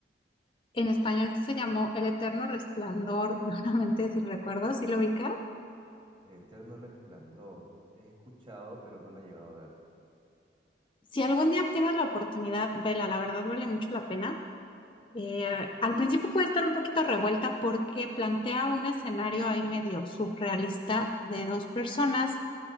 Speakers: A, on the left; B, on the right.
A: En español se llamó El eterno resplandor <laughs> de una mente sin recuerdos, ¿sí lo ubicas?
B: El Eterno Resplandor. He escuchado, pero no la he llevado a ver.
A: Si algún día tienes la oportunidad, vela, la verdad vale mucho la pena. Eh, al principio puede estar un poquito revuelta porque plantea un escenario ahí medio surrealista de dos personas